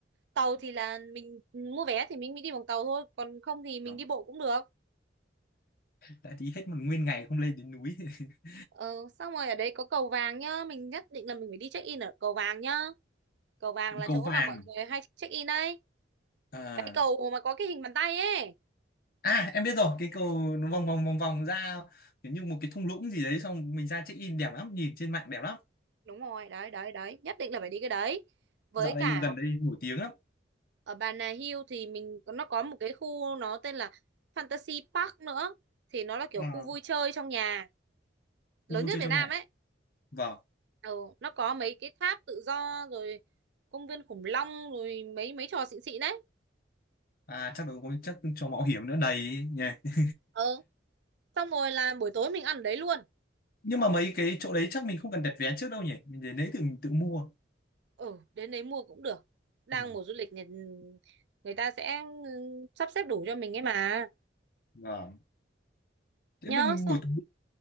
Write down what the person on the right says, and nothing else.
tàu thì là mình mua vé thì mình mới đi bằng tàu thôi còn không thì mình
đi bộ cũng được
ờ, xong rồi ở đấy có cầu vàng nhá mình nhất định là mình phải đi check in ở cầu vàng nhá cầu vàng là
chỗ
mà mọi người hay check in đấy
cái cầu mà có cái hình bàn tay ấy
đúng rồi đấy đấy đấy nhất định là phải đi cái đấy với
cả
ở Bà Nà Hills thì mình nó có một cái khu nó tên là Fantasy Park nữa thì nó là kiểu
khu vui chơi trong nhà lớn
nhất
Việt
Nam
ấy
ừ, nó có mấy cái tháp tự do rồi công viên khủng long rồi mấy mấy trò xịn xịn đấy
ừ. xong rồi là buổi tối mình ăn ở đấy luôn
ừ đến đấy mua cũng được đang
mùa du lịch người, người ta sẽ ừ, sắp xếp đủ cho mình ấy mà
nhớ
xong